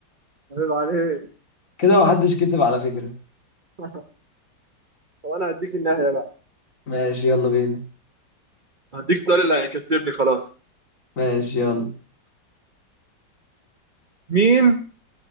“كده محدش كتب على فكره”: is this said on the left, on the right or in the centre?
Left